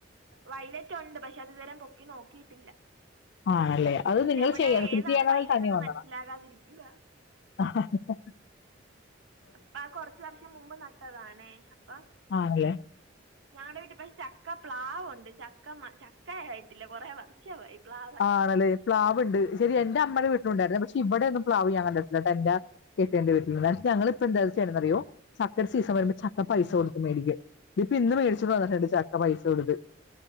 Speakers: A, on the right; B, on the left.
A: വൈലറ്റ്ഉണ്ട് പക്ഷെ അത് ഇതുവരെ പൊക്കി നോക്കിയിട്ടില്ല.
B: ആണല്ലേ അത് നിങ്ങൾ
A: എവിടെ
B: ചെയ്യ കൃഷി
A: ഏതാണ്
B: ചെയ്യണതിൽ
A: വയലറ്റ്
B: തന്നെ
A: എന്ന്
B: വന്നണം.
A: മനസ്സിലാകാതിരിക്കുക
B: അഹ ഹ് ഹ് ഹ്
A: പ്പ ആഹ് കൊർച്ച് വർഷം മുമ്പ് നട്ടതാണേ അപ്പം
B: ആണല്ലേ
A: ഞാടെ വീട്ടിൽ പക്ഷെ ചക്ക പ്ലാവുണ്ട് ചക്ക ചക്ക ആയിട്ടില്ല കൊറേ വർ ഷമായി പ്ലാ
B: ആണ്ലേ പ്ലാവ്ണ്ട് ശരി എന്റെ അമ്മേടെ വീട്ടിലുണ്ടായീന്ന്, പക്ഷെ ഇവിടെ ഒന്നും പ്ലാവ് ഞാകണ്ടിട്ടില്ലട്ടാ, എന്റെ കെട്ടിയോന്റെ വീട്ടിൽന്ന് ഞങ്ങളിപ്പോ ന്തചെ യ്യ്ണ്നറിയോ ചക്കയുടെ സീസൺ വരുമ്പോ ചക്ക പൈസ കൊടുത്ത് മേടിക്കും. ഇതിപ്പ ഇന്ന് മേട്ചോട്ട് വന്നതാ ചക്ക പൈസ കൊടുത്ത്.